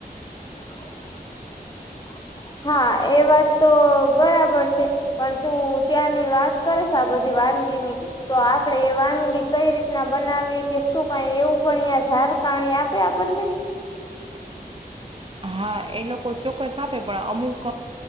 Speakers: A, on the left; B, on the right.
A: <inaudible>
B: <inaudible>
A: હા એ વાત તો બરાબર છે. પણ તું ત્યાંની વાત કરેશ આ બધી વાનગીની- -તો આપડે વાનગી કઈ રીતના બનાવી કે શું કઈ એવું પણ અહં ઝારકાણી આપે આપણને-
B: હા એ લોકો ચોક્કસ આપે પણ અમુક